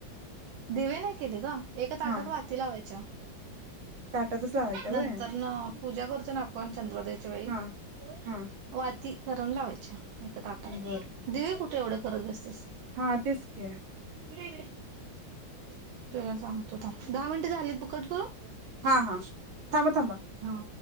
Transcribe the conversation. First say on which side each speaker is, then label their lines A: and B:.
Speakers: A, on the right; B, on the right.
A: दिवे नाही केले ग एका ताटात
B: हा
A: वाती लावा च्या
B: ताटातच लावायच्या व्हय
A: नंतर न पूजा करतो ना आपण चंद्रोदयाच्या वेळी
B: हा हा
A: ती करून लावायच्या
B: बर
A: दिवे कुठे एवढं करत बसतीस
B: हा तेचक
A: हडकडे चला सांग त दहा मिनटं झालीत ब कट करू
B: हा हा थांबा थांबा
A: हा